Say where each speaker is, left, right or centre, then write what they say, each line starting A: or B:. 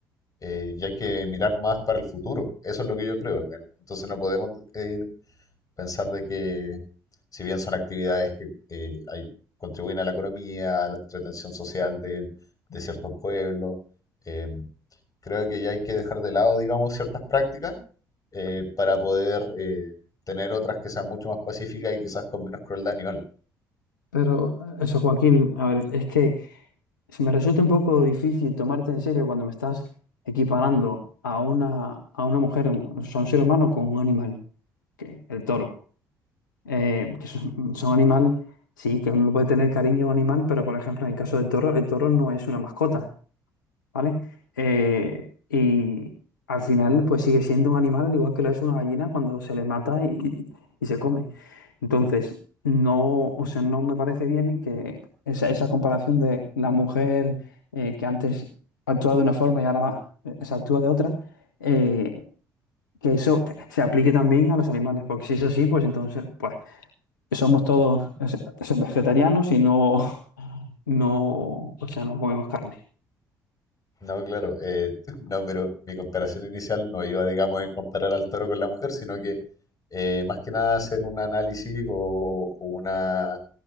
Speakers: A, on the left (about 35°); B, on the left (about 80°).
A: eh, y hay que mirar más para el futuro. Eso es lo que yo creo, al menos. Entonces no podemos eh, Pensar de que, si bien son actividades que eh, hay- contribuyen a la economía, a la entretención social de, de ciertos pueblos, eh, creo que ya hay que dejar de lado, digamos, ciertas prácticas eh, para poder eh, tener otras que sean mucho más pacíficas y quizás con menos crueldad animal.
B: Pero eso, Joaquín, a ver, es que se me resulta un poco difícil tomarte en serio cuando me estás equiparando a una, a una mujer, un- o sea, un ser humano con un animal, que el toro. eh, que son, son animal, sí, que uno puede tener cariño a un animal, pero por ejemplo, en el caso del toro, el toro no es una mascota, ¿vale? Eh, y al final, pues sigue siendo un animal, al igual que lo es una gallina cuando se le mata y, y- y se come. Entonces, no, o sea, no me parece bien que esa, esa comparación de la mujer eh, que antes actuaba de una forma y ahora eh, se actúa de otra, eh, que eso se aplique también a los animales, porque si es así, pues entonces, pues somos todos es- es- vegetarianos y no, no, o sea, no comemos carne.
A: No, claro, eh, <laughs> no, pero mi comparación inicial no iba, digamos, en comparar al toro con la mujer, sino que eh, más que nada hacer un análisis o una